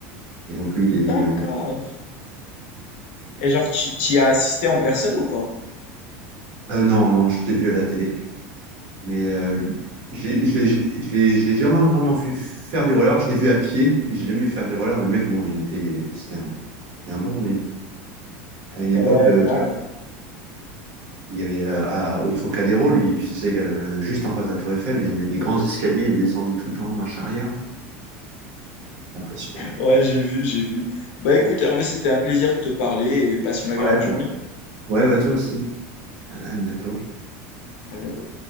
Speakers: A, on the right; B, on the left.
A: Et donc, lui, il
B: D'accord.
A: est. on-
B: Et genre, tu tu y as assisté en personne ou pas?
A: Euh, non, non, je l'ai vu à la télé. Mais euh, j'ai- je l'ai je- l'ai- je l'ai jamais vraiment vu faire du roller. Je l'ai vu à pied, mais j'ai jamais vu faire du roller. Mais le mec, bon, il était, c'était un, c'était un bon. mais à une
B: Ouais,
A: époque, euh,
B: grave.
A: il y avait euh, à- au Trocadéro, lui, il faisait le- juste en face de la Tour Eiffel, il y a des grands escaliers, il descendait tout en marche arrière. Impressionnant.
B: Ouais, j'ai vu, j'ai vu. Bah écoute, Hervé, c'était un plaisir de te parler et passe une agréable
A: Ouais, bah,
B: journée.
A: ouais, bah, toi aussi. À à bientôt.
B: À bientôt.